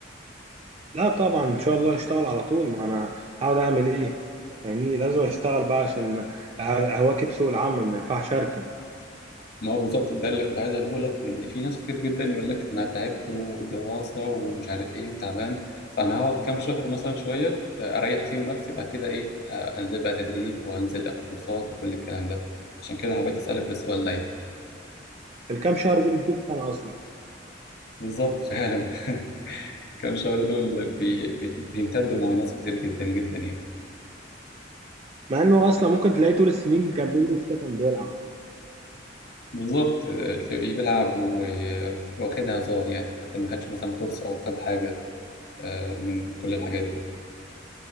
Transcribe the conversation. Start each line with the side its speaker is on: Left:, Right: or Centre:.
Right: لا طبعا إن شاء الله أشتغل على طول ما أنا هقعد أعمل إيه فاهمني لازم أشتغل بقى عشان أ- أواكب سوق العمل ما ينفعش أركن
Left: ما هو بالظبط ده اللي كنت عايز اقوله لك لان في ناس كتير جدا يقول لك انا تعبت ودراسه ومش عارف ايه وتعبان فانا هقعد كام شهر مثلا شويه آه، اريح فيهم نفسي بعد كده ايه آه، انزل بقى تدريب وانزل اخد كورسات وكل الكلام ده عشان كده حبيت اسالك السؤال ده يعني
Right: الكام شهر دي بتجيب سنة أصلا
Left: بالظبط فعلا <laughs> كام شهر دول بي بي بيمتدوا مع ناس كتير جدا جدا يعني
Right: مع إنه أصلا ممكن تلاقيه طول السنين اللي كان بيدرس فيها كان بيلعب عادي
Left: بالظبط آه، تلاقيه بيلعب و- واخدها هزار يعني حتى ما خدش مثلا كورس او خد حاجه آه، من كل الحاجات دي